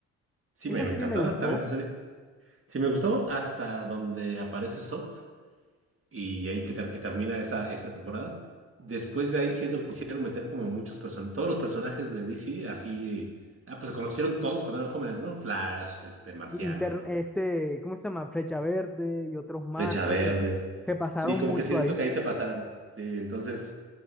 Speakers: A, on the right; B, in the centre.
A: Sí,
B: Esa
A: me, me
B: serie
A: encantaba
B: me gustó.
A: también esa serie. Sí, me gustó hasta donde aparece Sot. y ahí que, ter- que termina esa, esa temporada. Después de ahí siento que quisieron meter como muchos personajes, todos los personajes de DC, así, ah, pues se conocieron todos cuando eran jóvenes, ¿no? Flash, este, Marciano,
B: Linter- este, ¿cómo se llama? Flecha Verde y otros más,
A: Flecha Verde.
B: sí. Se pasaron
A: Sí, como
B: mucho
A: que siento
B: ahí.
A: que ahí se pasaron. Sí, entonces,